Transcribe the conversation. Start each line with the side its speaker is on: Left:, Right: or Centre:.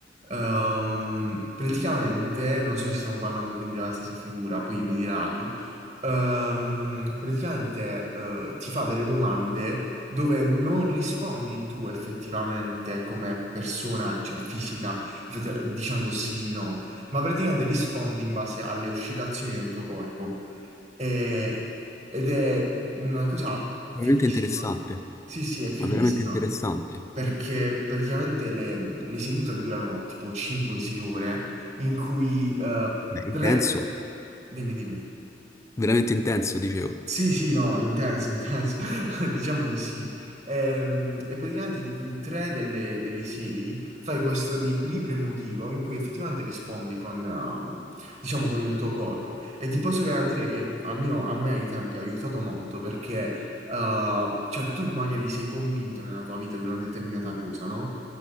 Right: Ehm, praticamente, non so se stiamo parlando quindi della stessa figura, poi mi dirai, ehm, praticamente eh, ti fa delle domande dove non rispondi tu effettivamente come persona, cioè fisica effettivamente, dicendo sì, no ma praticamente rispondi in base alle oscillazioni del tuo corpo. E- ed è una cosa
Left: Veramente
Right: fighissima.
Left: interessante,
Right: Sì, sì, è fighissima
Left: ma veramente interessante.
Right: perché praticamente le, le sedute durano tipo 5-6 ore in cui eh,
Left: Beh,
Right: tre...
Left: intenso.
Right: Dimmi, dimmi.
Left: veramente intenso, dicevo.
Right: Sì, sì, no, intenso, intenso, <laughs> diciamo di sì. Ehm, E, praticamente di cui tre delle, delle sei fai questo riequilibrio emotivo in cui effettivamente rispondi con, um, diciamo, con il tuo corpo. E ti posso garantire che almeno a me ai tempi ha aiutato molto perché, uh, cioè, tu magari sei convinto nella tua vita di una determinata cosa, no?